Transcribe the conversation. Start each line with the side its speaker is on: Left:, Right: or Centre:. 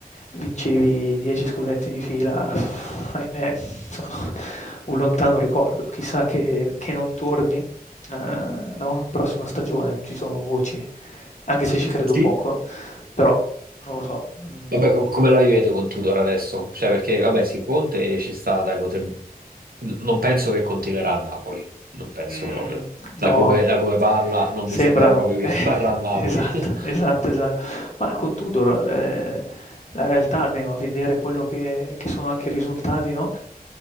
Left: vincevi 10 scudetti di fila, ahimè, sono un lontano ricordo. Chissà che, che non torni, eh, no? Prossima stagione ci sono voci, anche se ci credo
Right: sì,
Left: poco, però, non lo so, mhmm
Right: Vabbè, com- come la vivete con Tudor adesso? Cioè, perché, vabbè, sì, Conte ci sta, dai, potrebbe... n- Non penso che continuerà a Napoli, non penso
Left: Mh,
Right: proprio. Da
Left: no,
Right: come, da come parla, non
Left: sembra
Right: mi sembra proprio che
Left: eh,
Right: <laughs> rimarrà a Napoli.
Left: <laughs> esatto, esatto,
Right: <laughs>
Left: esatto. Ma con Tudor, ehm, la realtà, almeno a vedere quello che che sono anche i risultati, no,